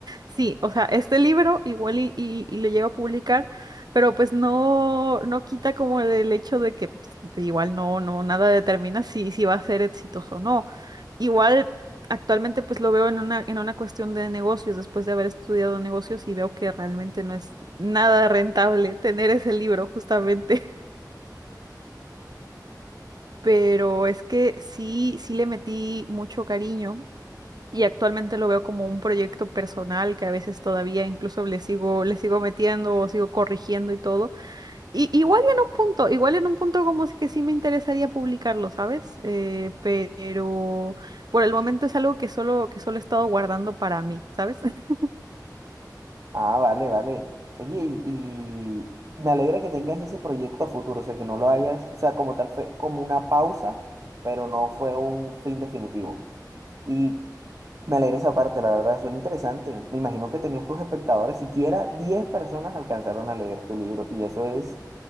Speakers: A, on the right; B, on the right.
A: sí, o sea, este libro igual y, y, y lo llego a publicar, pero pues no, no quita como el hecho de que pues, igual no, no, nada determina si, si va a ser exitoso o no. Igual actualmente pues lo veo en una, en una cuestión de negocios, después de haber estudiado negocios y veo que realmente no es nada rentable tener ese libro justamente pero es que sí, sí le metí mucho cariño y actualmente lo veo como un proyecto personal que a veces todavía incluso le sigo, le sigo metiendo o sigo corrigiendo y todo. Y igual y en un punto, igual en un punto como es que sí me interesaría publicarlo, ¿sabes? Eh, pero por el momento es algo que solo, que solo he estado guardando para mí, ¿sabes? <laughs>
B: Ah, vale, vale. Oye, y, y me alegra que tengas ese proyecto a futuro, o sea, que no lo hayas, o sea, como tal fue como una pausa, pero no fue un fin definitivo. Y me alegra esa parte, la verdad, suena interesante. Me imagino que tenías tus espectadores, siquiera 10 personas alcanzaron a leer tu libro, y eso es,